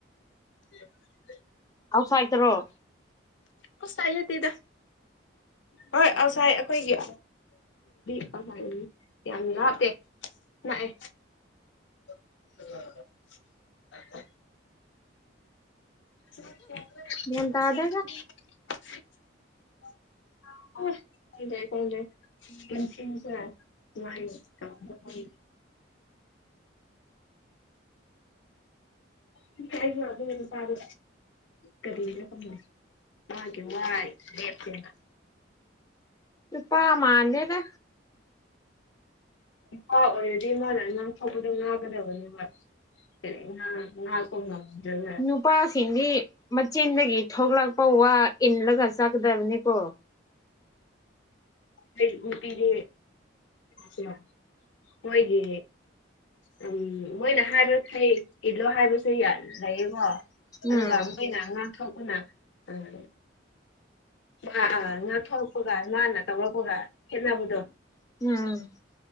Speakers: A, on the left; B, on the left.
A: <inaudible>
B: ꯑꯥꯎꯠꯁꯥꯏꯠꯇ꯭ꯔꯣ
A: ꯑꯥꯎꯠꯁꯥꯏꯠ ꯅꯠꯇꯦꯗ ꯍꯣꯏ ꯑꯧꯁꯥꯏꯠ ꯑꯈꯣꯏꯒꯤ <unintelligible> ꯌꯥꯝ ꯂꯥꯞꯇꯦ ꯅꯛꯑꯦ <inaudible> <unintelligible>
B: ꯒ꯭ꯌꯥꯟ ꯇꯥꯗꯦꯗ
A: ꯏꯁ ꯈꯪꯗꯦ ꯈꯪꯗꯦ <unintelligible> <unintelligible> ꯑꯗꯨꯒꯤ ꯅꯨꯄꯥꯗꯣ ꯀꯔꯤꯔ ꯈꯪꯗꯦ ꯋꯥꯒꯤ ꯋꯥꯏ ꯂꯦꯞꯇꯦꯕ
B: ꯅꯨꯄꯥ ꯃꯥꯟꯗꯦꯗ
A: ꯅꯨꯄꯥ ꯑꯣꯏꯔꯗꯤ ꯃꯥꯅ ꯉꯥꯡꯊꯣꯛꯄꯗꯣ ꯉꯥꯛꯀꯗꯕꯅꯦꯕꯥ <unintelligible> ꯄ ꯉꯝꯗ꯭ꯔꯦꯅꯦ
B: ꯅꯨꯄꯥꯁꯤꯡꯗꯤ ꯃꯆꯤꯟꯗꯒꯤ ꯊꯣꯛꯂꯛꯄ ꯋꯥ ꯏꯜꯂꯒ ꯆꯥꯀꯗꯕꯅꯦꯀꯣ
A: ꯑꯩ ꯅꯨꯄꯤꯗꯤ ꯀꯅꯣ ꯃꯣꯏꯒꯤ ꯎꯝ ꯃꯣꯏꯅ ꯍꯥꯏꯕ ꯈꯩ ꯏꯜꯂꯣ ꯍꯥꯏꯕꯁꯨ ꯌꯥ ꯂꯩꯌꯦꯀꯣ ꯑꯗꯨꯒ
B: ꯎꯝ
A: ꯃꯣꯏꯅ ꯉꯥꯡꯊꯣꯛꯄꯅ ꯑꯥ ꯑꯥ ꯑꯥ ꯉꯥꯊꯣꯔꯛꯄꯒ ꯃꯥꯅ ꯇꯧꯔꯛꯄꯒ ꯈꯦꯠꯅꯕꯗꯣ
B: <unintelligible>